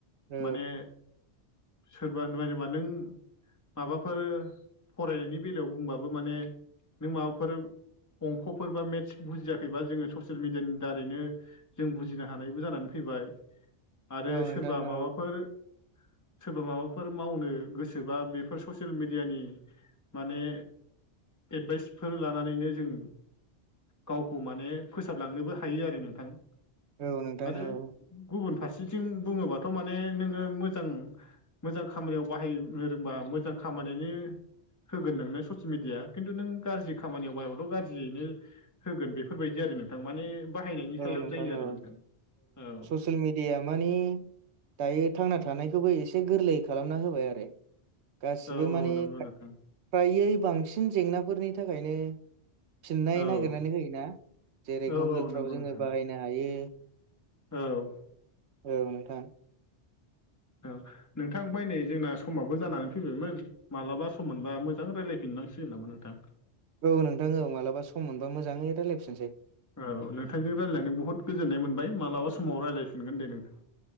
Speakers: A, on the right; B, on the left.
A: औ
B: माने सोरबा नायदोंबा नों माबाफोर फरायनायनि बेलायाव बुंबाबो माने नों माबाफोर अंखफोर बा मेथ्स बुजियाखैबा जोङो ससियेल मिडियानि दारैनो जों बुजिनो हानायबो जानानै फैबाय आरो
A: औ नोंथां
B: सोरबा
A: औ
B: माबाफोर सोरबा माबाफोर मावनो गोसोबा बेफोर ससियेल मेडियानि माने एडभाइसफोर लानानैनो जों गावखौ माने फोसाबलांनोबो हायो आरो नोंथां
A: औ नोंथां
B: आरो
A: औ
B: गुबुन फारसेथिं बुङोबाथ' माने नोङो मोजां मोजां खामानियाव बाहायनो रोंबा मोजां खामानियानो होगोन नोंनो ससियेल मिडिया खिन्थु नों गाज्रि खामानियाव बाहायबाथ' गाज्रियैनो होगोन बेफोरबायदि आरो नोंथां माने बाहायनायनि
A: औ
B: सायाव जायो आरो
A: औ
B: नोंथां औ
A: ससियेल मिडियाया माने दायो थांना थानायखौबो एसे गोरलै खालामना होबाय आरो गासिबो
B: औ
A: माने
B: औ नंगौ नोंथां
A: फ्रायै बांसिन जेंनाफोरनि थाखायनो फिननाय
B: औ
A: नागिरनानै होयोना जेरै
B: औ
A: गुगोलफ्राव
B: औ नंगौ
A: जोङो
B: नोंथां
A: बाहायनो हायो
B: औ
A: औ नोंथां
B: औ नोंथां ओमफाय नै जोंना समाबो जानानै फैबायमोन मालाबा सम मोनबा मोजां रायलायफिनांसिगोन नामा नोंथां
A: औ नोंथां औ मालाबा सम मोनबा मोजाङै रायलायफिनसै
B: औ नोंथांजों रायज्लायनानै बुहुद गोजोन्नाय मोनबाय मालाबा समाव रायज्लायफिनगोन दे नोंथां